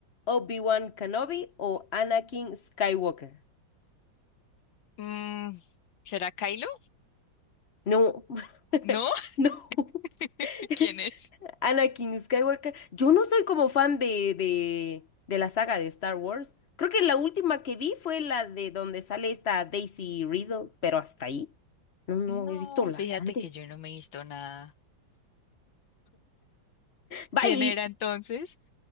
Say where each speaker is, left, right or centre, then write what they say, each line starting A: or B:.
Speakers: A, on the left (about 45°); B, on the left (about 80°).
A: Obi-Wan Kenobi o Anakin Skywalker.
B: Mm, ¿será Kylo?
A: No, <laughs>
B: ¿No?
A: no.
B: <laughs>
A: <laughs>
B: ¿Quién es?
A: Anakin Skywalker. Yo no soy como fan de, de, de la saga de Star Wars. Creo que la última que vi fue la de donde sale esta Daisy Riddle, pero hasta ahí. No, no,
B: No,
A: he visto las
B: fíjate
A: antes.
B: que yo no me he visto nada.
A: Bye,
B: ¿Quién era entonces?